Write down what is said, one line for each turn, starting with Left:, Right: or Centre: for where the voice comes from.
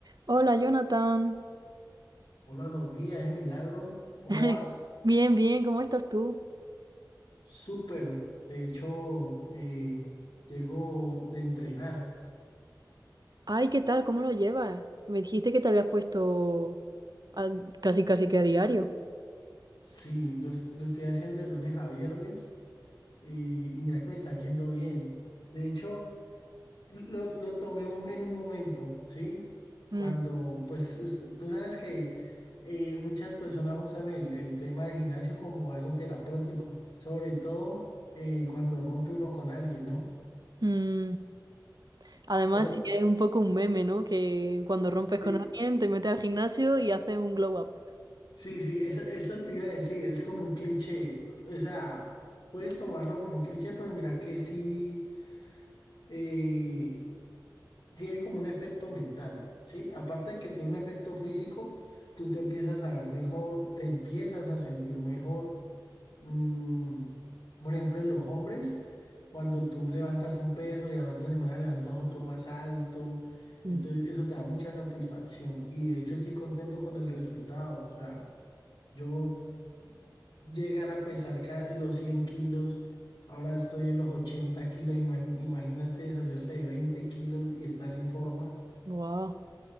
Right: Hola, Jonathan.
Left: Hola Sofía, ese milagro, ¿cómo
Right: <laughs>
Left: vas?
Right: Bien, bien, ¿cómo estás tú?
Left: Súper, de hecho, eh, llego de entrenar.
Right: Ay, ¿qué tal? ¿Cómo lo llevas? Me dijiste que te habías puesto a- casi, casi que a diario.
Left: Sí, lo, es- lo estoy haciendo de lunes a viernes y, y mira que me está yendo bien. De hecho, lo, lo tomé un- en un momento, ¿sí? Cuando,
Right: Mm,
Left: pues es- tú sabes que eh, muchas personas usan el, el tema del gimnasio como algo terapéutico, sobre todo eh, cuando rompe uno con alguien, ¿no?
Right: mm. Además,
Left: Por-
Right: sí que es un poco un meme, ¿no? Que cuando rompes con
Left: sí.
Right: alguien, te metes al gimnasio y haces un glow up.
Left: Sí, sí, eso, eso te iba a decir, es como un cliché, o sea, puedes tomarlo como un cliché, pero mira que sí eh, tiene como un efecto mental, ¿sí? Aparte de que tiene un efecto físico, tú te empiezas a ver mejor, te empiezas a sentir mejor. Mm, por ejemplo, en los hombres, cuando tú levantas un peso y a la otra semana levantas otro más alto,
Right: Y-
Left: entonces eso te da mucha satisfacción y de hecho estoy contento con el resultado, o sea... Yo llegar a pesar ca- los 100 kilos, ahora estoy en los 80 kilos, ima- imagínate deshacerse de 20 kilos y estar en forma.
Right: Wow.